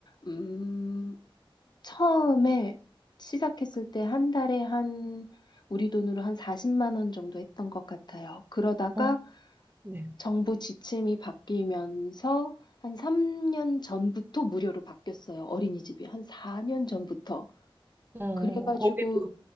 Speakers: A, on the left (about 50°); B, on the right (about 20°).
A: 음, 처음에 시작했을 때 한 달에 한, 우리 돈으로 한 40만 원 정도 했던 것 같아요. 그러다가
B: 어, 네.
A: 정부 지침이 바뀌면서 한 3년 전부터 무료로 바뀌었어요. 어린이집이 한 4년 전부터.
B: 어,
A: 그래가지고
B: 거기도